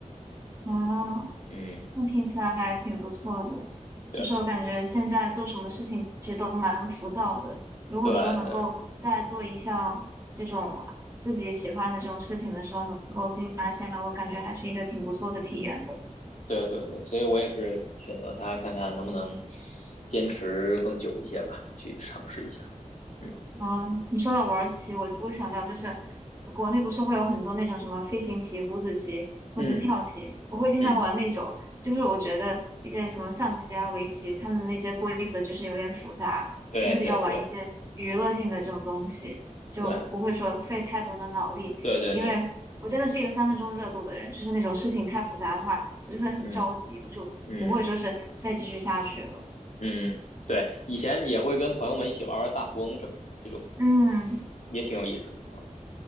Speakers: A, on the right; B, on the left.
A: 啊，
B: 嗯，
A: 那听起来还挺不错的。
B: 对
A: 就是我感觉现在做什么事情其实都蛮浮躁的。如果说能够在做一项这种自己喜欢的这种事情的时候，
B: 对对
A: 能够静下心来，我感觉还是一个挺不错的体验的。
B: 对对对，所以我也是选择它，看看能不能坚持更久一些吧，去尝试一下。嗯
A: 啊，你说到玩儿棋，我我想到就是国内不是会有很多那种什么飞行棋、五子棋或者是跳棋，
B: 嗯
A: 我会经常玩那种。
B: 嗯，
A: 就是我觉得一些什么象棋啊、围棋，他们那些规则就是有点复杂，
B: 对对对。
A: 我会比较玩一些娱乐性的这种东西，就不会说费太多的脑力。
B: 对对对对，
A: 因为我真的是一个三分钟热度的人，就是那种事情太复杂的话，我就会很着急，
B: 嗯
A: 我就不会说是再继续下去了。
B: 嗯嗯，对，以前也会跟朋友们一起玩玩大富翁什么的，这种
A: 嗯。
B: 也挺有意思。的。